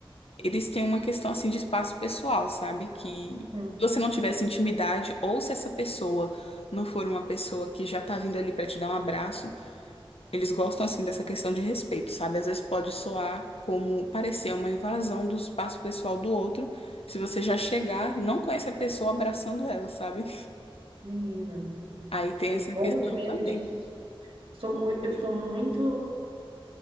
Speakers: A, on the left; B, on the right.
A: Eles têm uma questão assim de espaço pessoal, sabe? Que
B: uhum.
A: se você não tivesse intimidade, ou se essa pessoa não for uma pessoa que já tá vindo ali pra te dar um abraço. Eles gostam assim dessa questão de respeito, sabe? Às vezes pode soar como parecer uma invasão do espaço pessoal do outro, se você já chegar, não conhece a pessoa abraçando ela, sabe?
B: Menina,
A: Aí tem
B: eu
A: essa
B: morro
A: questão
B: de medo
A: também.
B: disso. Sou mui- eu sou muito